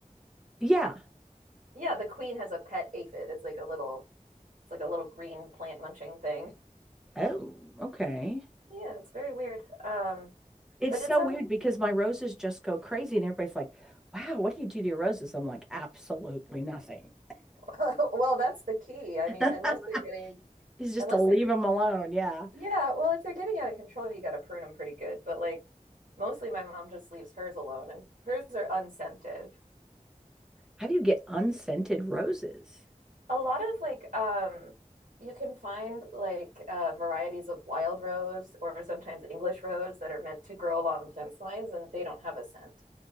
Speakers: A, in the centre; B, on the right (about 75°).
A: yeah.
B: Yeah, the queen has a pet aphid. It's like a little it's like a little green plant munching thing.
A: Oh, okay.
B: Yeah, it's very weird. Um,
A: It's
B: but
A: so
B: it's um
A: weird because my roses just go crazy and everybody's like, "Wow, what do you do to your roses?" I'm like, "Absolutely nothing."
B: <laughs> well, that's the key.
A: <laughs>
B: I mean, unless they're getting
A: It's just
B: unless
A: to leave
B: they're
A: them alone. Yeah.
B: Yeah, well, if they're getting out of control, you got to prune them pretty good. But like mostly my mom just leaves hers alone and hers are unscented.
A: How do you get unscented roses?
B: A lot of like um you can find like uh varieties of wild rose or sometimes English rose that are meant to grow along fence lines and they don't have a scent.